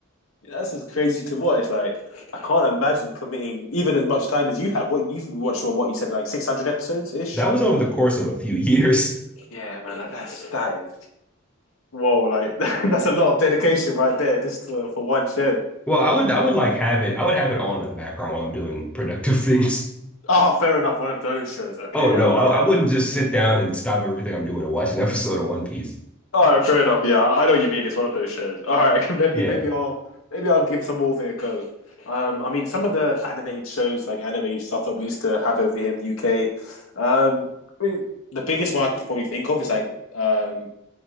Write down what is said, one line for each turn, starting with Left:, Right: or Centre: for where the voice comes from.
Left: That's just crazy to watch. Like I can't imagine committing even as much time as you have. What you've watched, or what you said, like six hundred episodes ish.
Centre: That was over the course of a few <laughs> years.
Left: Yeah, man, like, that's that is whoa. Like <laughs> that's a lot of dedication right there, just to, for one show.
Centre: Well, I would I would like have it I would have it on in the background while I'm doing productive <laughs> things.
Left: Oh, fair enough. One of those shows. Okay,
Centre: Oh no,
Left: yeah,
Centre: I,
Left: yeah.
Centre: I wouldn't just sit down and stop everything I'm doing to watch an <laughs> episode of One Piece.
Left: All right, fair enough. Yeah, I know what you mean. It's one of those shows. All right, <laughs> maybe
Centre: Yeah.
Left: maybe I'll maybe I'll give some more of it a go. Um, I mean, some of the animated shows, like anime stuff that we used to have over here in the UK. Um, I mean, the biggest one I could probably think of is like um,